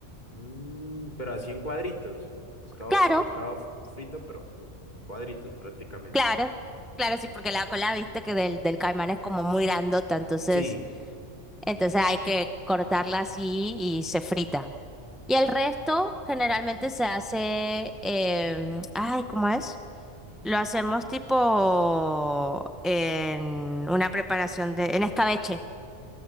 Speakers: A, on the left; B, in the centre.
A: Mm, pero así en cuadritos. Pescado,
B: Claro,
A: pescado f- frito, pero en cuadritos prácticamente.
B: claro, claro, sí, porque la cola, viste que del, del caimán es como muy grandota, entonces,
A: Sí,
B: entonces hay que cortarla así y se frita. Y el resto generalmente se hace, em, ay, ¿cómo es? Lo hacemos tipo en una preparación de, en escabeche.